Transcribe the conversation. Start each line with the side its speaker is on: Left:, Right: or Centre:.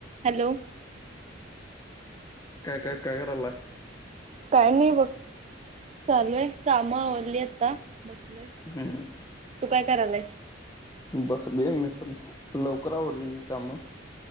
Right: Hello.
Left: काय काय काय कराला?
Right: काय नाही बघ चालूय काम आवरली आता बसलय.
Left: हम्म.
Right: तू काय करालायस?
Left: बसलोय मी पण, लवकर आवरली की काम.